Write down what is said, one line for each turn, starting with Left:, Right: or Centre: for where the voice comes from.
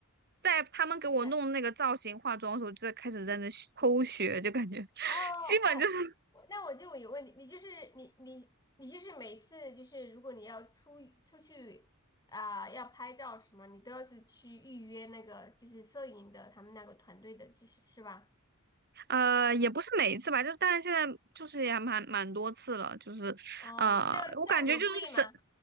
Right: 在他们给我弄那个造型、
Left: 对，
Right: 化妆的时候，就在开始在那学偷学，就感觉 <laughs>
Left: 哦，
Right: 基本就是
Left: 哎，我那我就有问题，你就是你你你就是每次就是如果你要出出去啊、要拍照什么，你都要是去预约那个就是摄影的他们那个团队的，就是是吧？
Right: 呃，也不是每一次吧，就是但是现在就是也蛮蛮多次了，就是，
Left: 哦，
Right: 呃，
Left: 那个价格贵吗？
Right: 我感觉就是